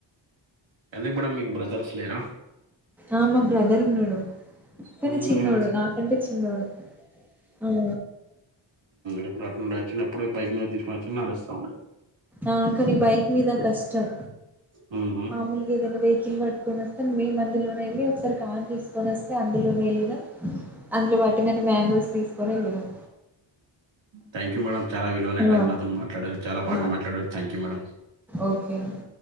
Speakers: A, on the right; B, in the centre.
A: ఎందుకు మేడమ్ మీకు బ్రదర్స్ లేరా
B: ఆ మా బ్రదర్ ఉన్నాడి కానీ
A: హ్మ్.
B: చిన్నోడు
A: మరి ఆయనకి
B: నాకంటే చిన్నోడు ఆ
A: ఇప్పుడు అట్ నుండి వచ్చి ఎప్పుడుే బైక్ మీద తీసుకొని వచ్చి నడుస్తాంము
B: ఆ కానీ బైక్ మీద కష్టం
A: హ్మ్.
B: మామూలుగా ఏదైనా వే పట్టుకొని వస్తే మేము అందులోనే వెళ్ళి ఒకసారి కారు తీసుకొని వస్తే అందులోనే వెళ్ళినాం అందులో బట్టి కానీ మ్యాంగోస్ తీసుకొని వెళ్ళం
A: థ్యాంక్ యూ మేడమ్ చాలా బాగా మాట్లాడారు
B: ఆ
A: టైం అతను మాట్లాడు చాలా బాగా
B: ఆ
A: మాట్లాడుడు థ్యాంక్ యూ మేడం
B: ఓకే అండి